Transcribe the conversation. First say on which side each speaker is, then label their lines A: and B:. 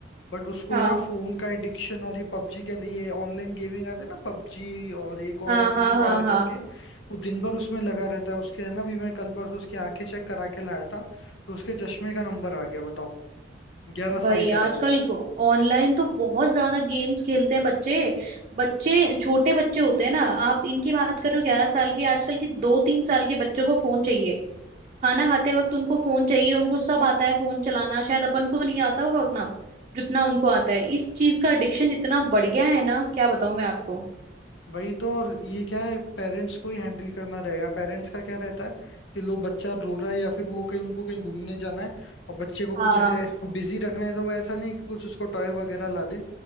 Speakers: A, on the left; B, on the right.
A: बट उसको
B: हाँ
A: है ना फोन का एडिक्शन और ये पबजी के अंदर ये ऑनलाइन गेमिंग आते हैं ना पबजी और एक और
B: हाँ
A: है
B: हाँ
A: फ्री फायर
B: हाँ हाँ
A: करके वो दिन भर उसमें लगा रहता है उसके है ना भी मैं कल परसों उसकी आंखें चेक करा के लाया था तो उसके चश्मे का नंबर आ गया बताओ ग्यारह
B: भाई
A: साल का
B: आजकल
A: है वो
B: ऑनलाइन तो बहुत ज्यादा गेम्स खेलते हैं बच्चे बच्चे छोटे बच्चे होते हैं ना आप इनकी बात करो ग्यारह साल के आजकल के दो तीन साल के बच्चों को फोन चाहिए खाना खाते वक्त उनको फोन चाहिए उनको सब आता है फोन चलाना शायद अपन को नहीं आता होगा उतना जितना उनको आता है इस चीज का एडिक्शन इतना बढ़ गया है ना क्या बताऊं मैं आपको
A: वही तो और ये क्या है पेरेंट्स को ही हैंडल करना रहेगा पेरेंट्स का क्या रहता है कि लो बच्चा रो रहा है या फिर वो कहीं उनको कहीं घूमने जाना है और बच्चे को
B: हाँ
A: कुछ ऐसे बिजी रखना है तो वो ऐसा नहीं कि कुछ उसको टॉय वगैरह ला दे